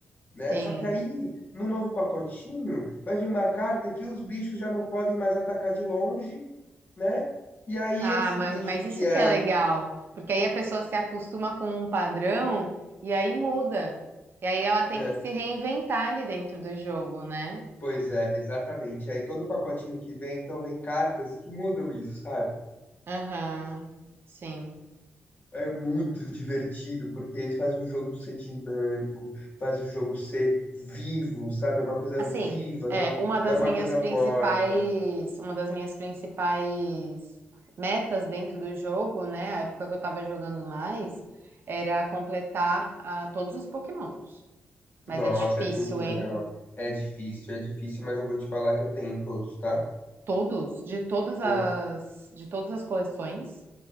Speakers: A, on the left; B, on the right.
A: né?
B: sim.
A: Só que aí, no novo pacotinho, vai vir uma carta que os bichos já não podem mais atacar de longe, né? E aí
B: Ah,
A: esse
B: ma-
A: bicho
B: mas
A: que
B: isso
A: era.
B: que é legal, porque aí a pessoa se acostuma com um padrão e aí muda. E aí ela tem
A: é,
B: que se reinventar ali dentro do jogo, né?
A: pois é, exatamente. Aí todo pacotinho que vem, então vem cartas que mudam isso, sabe?
B: Aham, sim.
A: É muito divertido, porque faz o jogo ser dinâmico, faz o jogo ser vivo, sabe? É uma coisa
B: Assim,
A: viva,
B: é,
A: não,
B: uma das
A: não é uma
B: minhas
A: coisa
B: principais,
A: morta.
B: uma das minhas principais metas dentro do jogo, né, a época que eu tava jogando mais, era completar ah, todos os Pokémons. Mas
A: Nossa,
B: é difícil,
A: é muito
B: hein?
A: legal. É difícil, é difícil, mas eu vou te falar que eu tenho todos, tá?
B: Todos, de todas
A: Tô,
B: as, de todas as coleções.